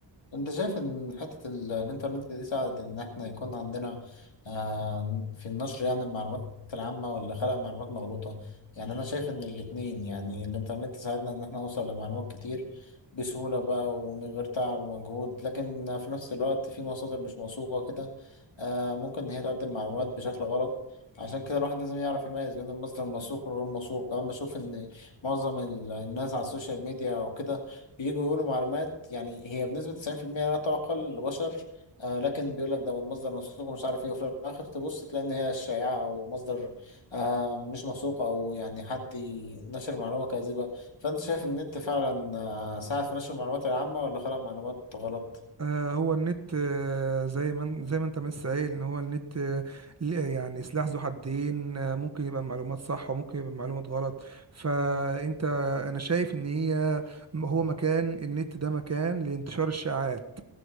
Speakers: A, on the left; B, on the right.
A: انت شايف ان حتة ال- الانترنت دي ساعدت ان احنا يكون عندنا آه، في النشر يعني المعلومات العامة ولا خلق معلومات مغلوطة يعني انا شايف ان الاتنين يعني الانترنت ساعدنا ان احنا نوصل لمعلومات كتير بسهولة بقى ومن غير تعب ومجهود لكن في نفس الوقت في مصادر مش موثوقة كده آه، ممكن ان هي تقدم معلومات بشكل غلط عشان كده الواحد لازم يعرف يميز بين المصدر الموثوق والغير موثوق كمان بشوف ان معظم ال- الناس على السوشيال ميديا او كده بييجوا يقولوا معلومات يعني هي بنسبة 90% لا تُعقل لبشر آه لكن بيقول لك ده من مصدر موثوق ومش عارف ايه وفي الآخر تبص تلاقي إن هي شائعة أو مصدر آه مش موثوق أو يعني حد ي- نشر معلومة كاذبة فأنت شايف إن النت فعلا آه ساعد في نشر المعلومات العامة ولا خلق معلومات غلط؟
B: آه، هو النت آه، زي ما ان- زي ما انت ما لسه قايل ان هو النت آه، ليه- يعني سلاح ذو حدين آه، ممكن يبقى معلومات صح وممكن يبقى معلومات غلط فانت انا شايف ان هي هو مكان النت ده مكان لانتشار الشائعات